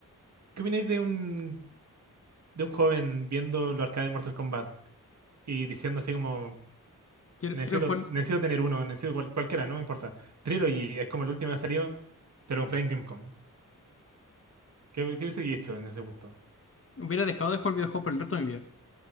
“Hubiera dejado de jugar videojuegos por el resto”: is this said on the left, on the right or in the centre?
Left